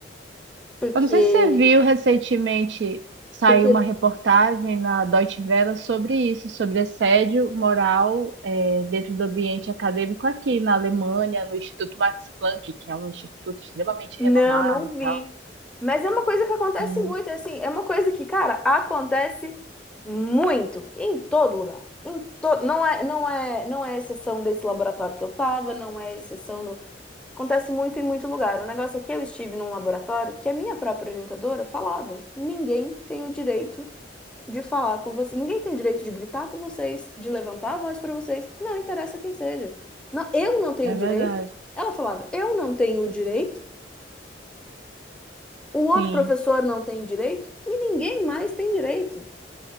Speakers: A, in the centre; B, on the right (about 70°).
A: Porque,
B: Eu não sei se você viu recentemente, saiu
A: porque
B: uma reportagem na Deutsche Welle sobre isso, sobre assédio moral, eh, dentro do ambiente acadêmico aqui na Alemanha, no Instituto Max Planck, que é um instituto extremamente
A: Não,
B: renomado
A: não
B: e
A: vi.
B: tal.
A: Mas é uma coisa que acontece
B: Sim,
A: muito, assim, é uma coisa que, cara, acontece muito em todo lugar. Em todo, não é, não é, não é exceção desse laboratório que eu tava, não é exceção no, acontece muito em muito lugar. O negócio é que eu estive num laboratório que a minha própria orientadora falava: ninguém tem o direito de falar com você, ninguém tem o direito de gritar com vocês, de levantar a voz para vocês, não interessa quem seja. Não, eu não tenho
B: é
A: o direito.
B: verdade.
A: Ela falava: eu não tenho o direito o outro
B: Sim.
A: professor não tem direito e ninguém mais tem direito.